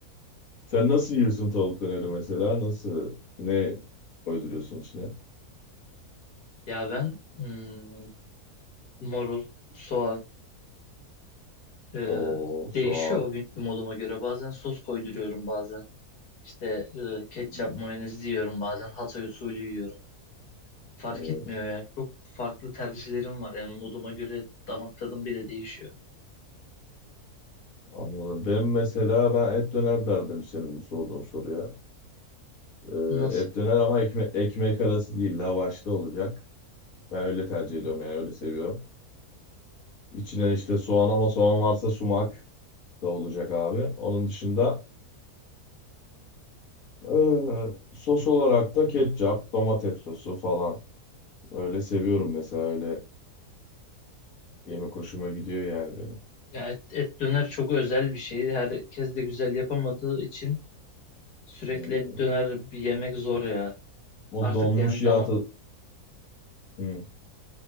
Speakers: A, on the left (about 65°); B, on the left (about 80°).
A: Sen nasıl yiyorsun tavuk döneri mesela? Nasıl? Ne koyduruyorsun içine?
B: Ya ben hmm, marul, soğan e,
A: O soğan.
B: değişiyor o günkü moduma göre. Bazen sos koyduruyorum bazen. İşte e, ketçap,
A: Hı hı.
B: mayonez yiyorum bazen. Hatay usulü yiyorum. Fark
A: Evet.
B: etmiyor ya. Çok farklı tercihlerim var. Yani moduma göre damak tadım bile değişiyor.
A: Anladım. Ben mesela ben et döner derdim senin bu sorduğun soruya. Ee,
B: Nasıl?
A: et döner ama ekme ekmek arası değil, lavaşta olacak. Ben öyle tercih ediyorum yani öyle seviyorum. İçine işte soğan ama soğan varsa sumak da olacak abi. Onun dışında ee, sos olarak da ketçap, domates sosu falan. Öyle seviyorum mesela öyle yemek hoşuma gidiyor yani benim.
B: Ya et, et döner çok özel bir şey. Herkes de güzel yapamadığı için Sürekli
A: Hmm.
B: et döner bir yemek zor ya.
A: O
B: Artık
A: donmuş
B: yani
A: yağ
B: damak
A: tadı. Hmm.